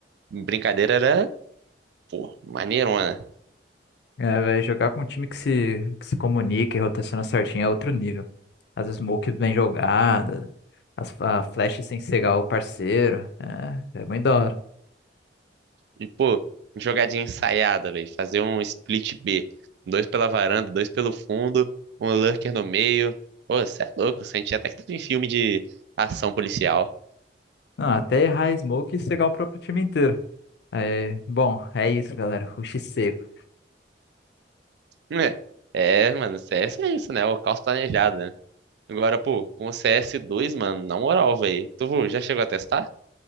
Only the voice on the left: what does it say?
É, velho, jogar com um time que se, que se comunica e rotaciona certinho é outro nível. As smokes bem jogadas, as, a flash sem cegar o parceiro. É, é muito da hora.
Não, até errar a smoke e cegar o próprio time inteiro. É, bom, é isso, galera. Rush seco.